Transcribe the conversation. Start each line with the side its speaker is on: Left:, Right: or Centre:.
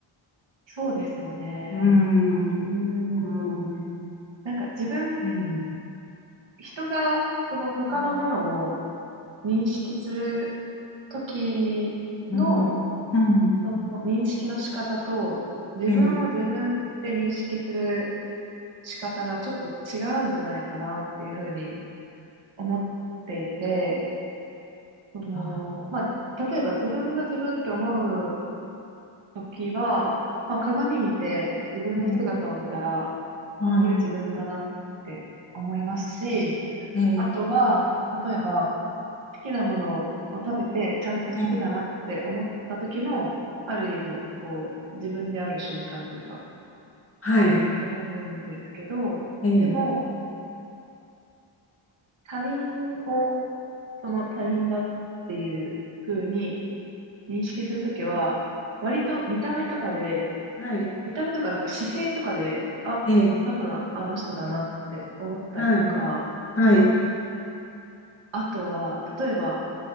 Right: そうですよね。
Left: うん、
Right: うーん。
Left: うん
Right: なんか自分、
Left: うん。
Right: 人が、その他のものを
Left: うん。
Right: 認識するときの、
Left: うん。うん。
Right: その認識の仕方と、自分を自分って認識する
Left: ええ。
Right: 仕方がちょっと違うんじゃないかなっていうふうに思っていて、その、
Left: あ、
Right: まあ、例えば自分が自分って思うときは、まあ、鏡見て自分の姿を見たら、
Left: ええはい。
Right: あ、これ自分だなって思いますし、
Left: ええ。
Right: あとは、例えば、好きなものを食べてちゃんと好きだなって思った時も、
Left: ええ。
Right: ある意味、こう、自分である瞬間というか、って思うんですけど、
Left: はい。ええ。
Right: でも、他人をその他人だっていう風に認識するときは、割と見た目とかで、
Left: はい。
Right: 見た目とかなんか姿勢とかで、あ、
Left: ええ。
Right: 多分あの人だなって思ったりとか、
Left: はい。はい。
Right: あとは、例えば